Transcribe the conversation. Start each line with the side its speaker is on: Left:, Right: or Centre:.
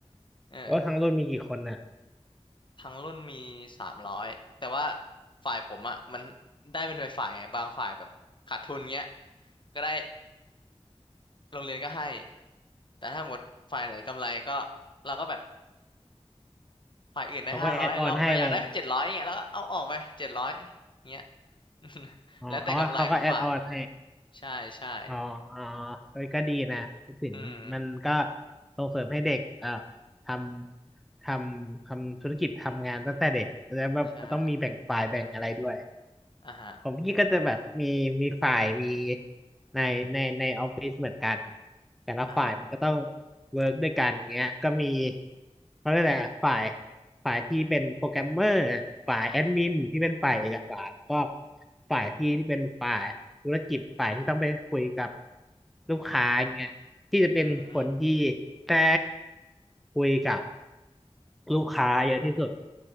Left: เออ
Centre: โอ้ทั้งรุ่นมีกี่คนน่ะ
Left: ทั้งรุ่นมีสามร้อยแต่ว่าฝ่ายผมอ่ะมันได้เป็นฝ่ายๆไงบางฝ่ายแบบขาดทุนเงี้ยก็ได้ โรงเรียนก็ให้ แต่ถ้าหมดฝ่ายไหนกำไรก็เราก็แบบฝ่ายอื่นได้ห้าร้อยเราเราอยากได้เจ็ดร้อยเงี้ยแล้วก็เอาออกไปเจ็ดร้อย
Centre: เขาก็แอดออนให้ไป
Left: เงี้ย <laughs>
Centre: อ๋อเขาก็เขาก็แอดออนให้
Left: แล้วแต่กำไรของฝ่ายใช่ใช่
Centre: อ๋ออ๋อเฮ้ยก็ดีนะพูดถึงมันมันก็
Left: อืม
Centre: ส่งเสริมให้เด็กเอ่อทำทำทำธุรกิจทำงานตั้งแต่เด็กแล้วแบบมันต้องมีแบ่งฝ่ายแบ่งอะไรด้วย
Left: ใช่อ่ะฮะ
Centre: ของพี่ก็จะแบบมีมีฝ่ายมีในในในออฟฟิศเหมือนกันแต่ละฝ่ายมันก็ต้อง
Left: อ่ะฮะ
Centre: เวิร์กด้วยกันอย่างเงี้ยก็มีเขาเรียกอะไรอะฝ่ายฝ่ายที่เป็นโปรแกรมเมอร์ฝ่ายแอดมินที่เป็นฝ่ายเอกสารแล้วก็ฝ่ายพี่ที่เป็นฝ่ายธุรกิจฝ่ายที่ต้องไปคุยกับลูกค้าอย่างเงี้ยที่จะเป็นคนที่
Left: อืมอืม
Centre: ได้คุยกับลูกค้าเยอะที่สุด